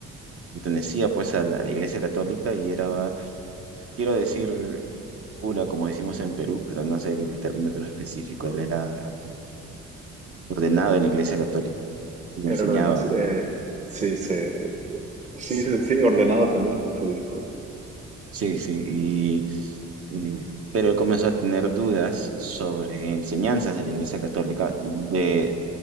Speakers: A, on the right; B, on the right.
A: pertenecía pues a la, a la Iglesia Católica y era, quiero decir, cura, como decimos en Perú, pero no sé el término todo específico, él era ordenado en la Iglesia Católica y enseñaba,
B: Era ordenado, sí, eh, sí, se- sí,
A: sí,
B: se- sí, ordenado también, se dice por acá.
A: sí, sí, y, y- pero él comenzó a tener dudas sobre enseñanzas de la Iglesia Católica de